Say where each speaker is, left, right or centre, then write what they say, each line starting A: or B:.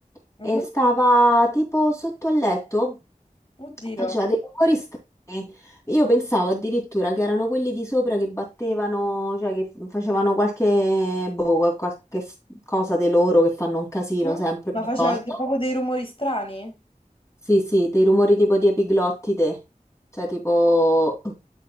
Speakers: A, on the left; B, on the left.
A: e
B: mhm,
A: stava tipo sotto al letto,
B: Oddio.
A: faceva dei rumori strani. Io pensavo addirittura che erano quelli di sopra che battevano, cioè che facevano qualche, boh, qual- qualche s- cosa di loro che fanno un casino
B: mhm.
A: sempre
B: Ma
A: ogni
B: faceva
A: volta.
B: de- proprio dei rumori strani?
A: Sì, sì, dei rumori tipo di epiglottide, cioè tipo <clears throat> uh,